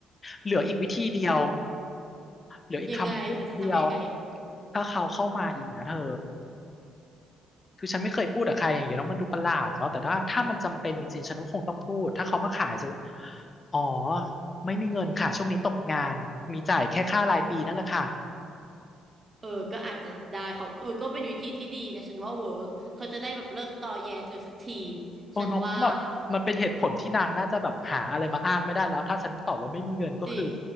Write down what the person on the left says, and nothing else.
เหลืออีกวิธีเดียว เหลืออีกคำพูดเดียว
ถ้าเขาเข้ามาอีกนะเธอคือฉันไม่เคยพูดกับใครอย่างเงี้ยเนาะมันดูประหลาดเนาะแต่ถ้าถ้ามันจำเป็นจริงๆฉันก็คงต้องพูดถ้าเขามาขายจะอ๋อไม่มีเงินค่ะช่วงนี้ตกงานมีจ่ายแค่ค่ารายปีนั่นแหละค่ะ
โอ้เน้องเพราะแบบมันเป็นเหตุผลที่นางน่าจะแบบหาอะไรมาอ้างไม่ได้แล้วถ้าฉันตอบว่าไม่มีเงินก็คือ